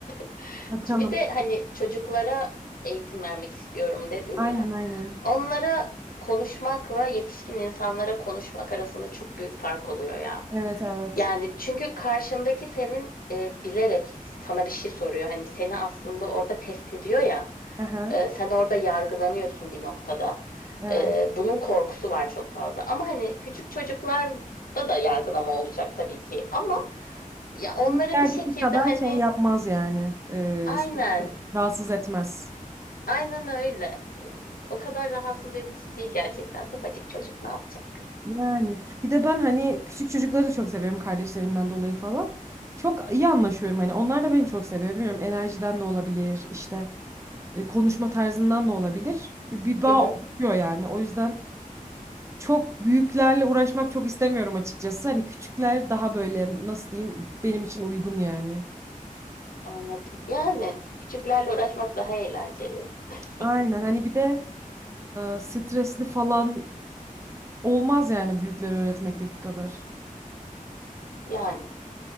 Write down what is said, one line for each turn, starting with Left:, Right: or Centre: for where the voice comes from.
Left: <laughs>
Right: Bakalım.
Left: Bir de hani çocuklara eğitim vermek istiyorum dedin
Right: Aynen
Left: ya.
Right: aynen.
Left: Onlara konuşmakla yetişkin insanlara konuşmak arasında çok büyük fark oluyor ya.
Right: Evet evet.
Left: Yani çünkü karşındaki senin e, bilerek sana bir şey soruyor. Hani seni aslında orada test ediyor ya.
Right: Aha.
Left: E, sen orada yargılanıyorsun bir noktada.
Right: Evet.
Left: E, bunun korkusu var çok fazla. Ama hani küçük çocuklarda da yargılama olacak tabii ki. Ama ya onlara
Right: Büyüklerdeki
Left: bir şekilde
Right: kadar
Left: hani
Right: şey yapmaz yani. Ee,
Left: aynen
Right: seni rahatsız etmez.
Left: Aynen öyle. Ee, O kadar rahatsız edici değil gerçekten. Ufacık çocuk ne yapacak?
Right: Yani bir de ben hani küçük çocukları da çok seviyorum kardeşlerimden dolayı falan. Çok iyi anlaşıyorum hani onlar da beni çok seviyor. Bilmiyorum enerjiden de olabilir işte e, konuşma tarzından da olabilir. Bir, bir bağ
Left: <laughs> Hı hı,
Right: oluşuyor yani o yüzden çok büyüklerle uğraşmak çok istemiyorum açıkçası. Hani küçükler daha böyle nasıl diyeyim benim için uygun yani.
Left: anladım. Yani küçüklerle uğraşmak daha eğlenceli. <laughs>
Right: Aynen hani bir de e, stresli falan olmaz yani büyükleri öğretmekteki kadar.
Left: Yani